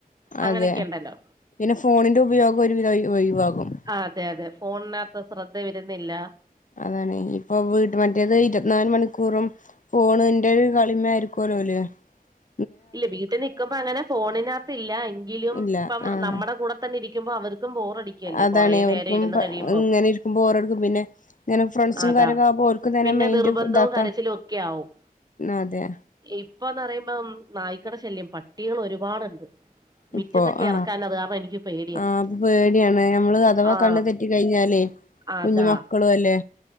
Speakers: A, on the right; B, on the left.
A: അങ്ങനെയൊക്കെ
B: അതെ
A: ഉണ്ടല്ലോ
B: പിന്നെ ഫോണിന്റെ ഉപയോഗം ഒരുവിധം ഒയിവ്ഒയിവാകും
A: ആ അതെ അതെ ഫോണിനാത്ത് ശ്രദ്ധ വരുന്നില്ല
B: അതാണ് ഇപ്പൊ വീട് മറ്റേത് ഇരുവത്തിനാല് മണിക്കൂറും ഫോണിന്റൊരു കളിമ്മേയിരിക്കും <unintelligible>
A: ഇല്ല വീട്ടിൽ നിക്കുമ്പോ അങ്ങനെ ഫോണിനകത്ത് ഇല്ല എങ്കിലും
B: ഇല്ല
A: ഇപ്പം
B: ആഹ്
A: നമ്മുടെ കൂടെ തന്നെ ഇരിക്കുമ്പോ അവർക്ക് തും ബോറടിക്കല്ലേ
B: അതാണ്
A: കൊറേ നേരം
B: ഓൽക്കും
A: ഇരുന്ന് കഴിയുമ്പോ
B: ഇങ്ങനെ ഇരിക്കുമ്പോ ബോറടിക്കും പിന്നെ ഇങ്ങനെ ഫ്രണ്ട്സും
A: അതാ
B: കാര്യൊക്കെ ആകുമ്പോ ഓൽക്കും തന്നെ
A: പിന്നെ
B: മൈൻഡ്
A: നിർബന്ധവും
B: ഇതാക്കാം
A: കരച്ചിലും ഒക്കെ ആവും
B: അതെ
A: ഇപ്പൊന്ന് പറയുമ്പം നായ്ക്കട ശല്യം പട്ടികൾ ഒരുപാടുണ്ട് മിറ്റത്തൊക്കെ
B: ഇപ്പൊ ആ
A: ഇറക്കാൻ അത് കാരണം എനിക്ക് പേടിയാ
B: ആപ്പൊ പേടിയാണ് ഞമ്മള് അഥവാ
A: ആ
B: കണ്ണ് തെറ്റി കഴിഞ്ഞാലേ
A: അതാ
B: കുഞ്ഞ്മക്കളും അല്ലേ